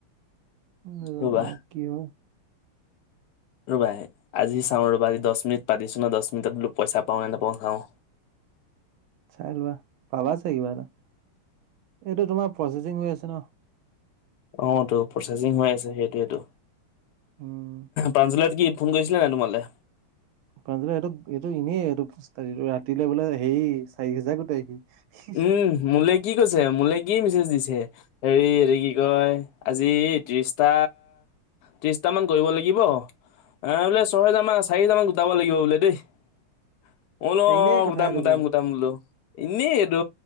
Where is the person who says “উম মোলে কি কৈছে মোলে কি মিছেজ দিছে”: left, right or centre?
Left